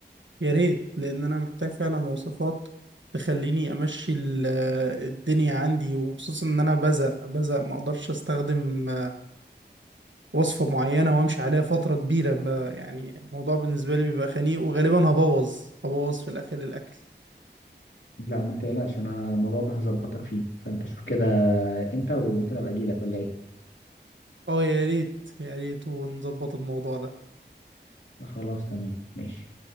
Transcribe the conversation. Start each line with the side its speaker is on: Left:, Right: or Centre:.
Right: يا ريت لان انا محتاج فعلا وصفات تخليني امشي ال- الدنيا عندي وخصوصا ان انا بزق بزق ما اقدرش استخدم وصفة معينة وامشي عليها فترة كبيرة ب- يعني الموضوع بالنسبة لي بيبقى خنيق وغالبا هبوظ هبوظ في الاخر الاكل
Left: لا ما تقلقش انا الموضوع ده هظبطك فيه فانت شوف كده امتى وممكن ابقى اجي لك ولا ايه
Right: اه يا ريت يا ريت ونظبط الموضوع ده
Left: خلاص تمام ماشي